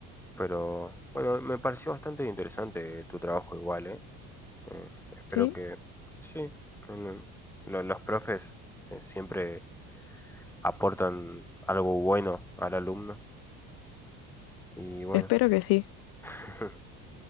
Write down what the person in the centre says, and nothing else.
Pero bueno, me pareció bastante interesante tu trabajo igual, ¿eh? Eh, espero
que sí. en- lo- los profes eh, siempre aportan algo bueno al alumno y bueno,
<laughs>